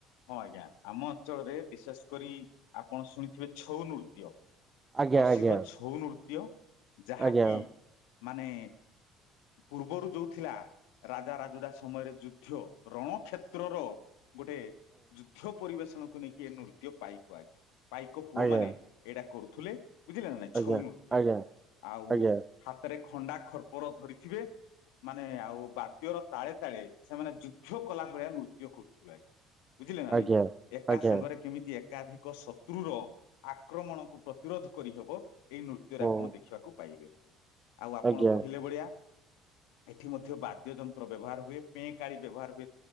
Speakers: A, on the left; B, on the right.
A: ହଁ ଆଜ୍ଞା ଆମ ଅଞ୍ଚଳରେ ବିଶେଷ କରି ଆପଣ ଶୁଣିଥିବେ ଛଉ ନୃତ୍ୟ
B: ଆଜ୍ଞା?
A: ପ୍ରସିଦ୍ଧ ଛଉ ନୃତ୍ୟ ଯାହାକି
B: ଆଜ୍ଞା
A: ମାନେ ପୂର୍ବରୁ ଯୋଉଥିଲା ରାଜାରାଜୁଦା ସମୟରେ ଯୁଦ୍ଧ ରଣକ୍ଷେତ୍ରର ଗୋଟେ ଯୁଦ୍ଧ ପରିବେଷଣକୁ ନେଇକି ଏ ନୃତ୍ୟ ପାଇକ ଆଜ୍ଞା ପାଇକ ପୁଅ
B: ଆଜ୍ଞା ଆଜ୍ଞା
A: ମାନେ ଏଇଟା କରୁଥିଲେ। ବୁଝିଲେ ନା ନାଇଁ
B: ଆଜ୍ଞା
A: ଛଉନୃତ୍ୟ।
B: ଆଜ୍ଞା
A: ଆଉ
B: ଆଜ୍ଞା
A: ହାତରେ ଖଣ୍ଡା ଖରପର ଧରିଥିବେ ମାନେ ଆଉ ବାଦ୍ୟର ତାଳେ ତାଳେ ସେମାନେ ଯୁଦ୍ଧ କଲା ଭଳିଆ ନୃତ୍ୟ କରୁଥିବେ ଆଜ୍ଞା। ବୁଝିଲେ ନା
B: ଆଜ୍ଞା
A: ନାଇଁ
B: ଆଜ୍ଞା
A: ଏକା
B: ଆଜ୍ଞା ଆଜ୍ଞା
A: ସାଙ୍ଗରେ କେମିତି ଏକାଧିକ ସତ କ୍ରୁର ଆକ୍ରମଣକୁ ପ୍ରତିରୋଧ କରିହେବ ଏଇ ନୃତ୍ୟରେ
B: ହୁଁ
A: ଆପଣ ଦେଖିବାକୁ ପାଇବେ। ଆଉ ଆପଣ
B: ଆଜ୍ଞା
A: କହିଲେ ଭଳିଆ ଏଠି ମଧ୍ୟ ବାଦ୍ୟଯନ୍ତ୍ର ବ୍ୟବହାର ହୁଏ ପେଁକାଳି ବ୍ୟବହାର ହୁଏ।